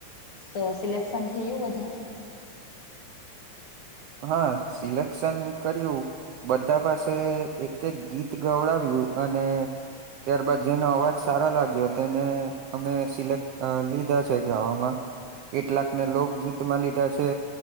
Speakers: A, on the left; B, on the right.
A: તો સિલેક્શન થયું બધાનું
B: હ સિલેક્શન કર્યું બધા પાસે એક એક ગીત ત ગવડાવ્યું અને ત્યારબાદ જેનો અવાજ સારો લાગ્યો તે ને અમે સિલેક લીધા છે ગાવામાં કેટલાક ને લોકગીત માં લીધા છે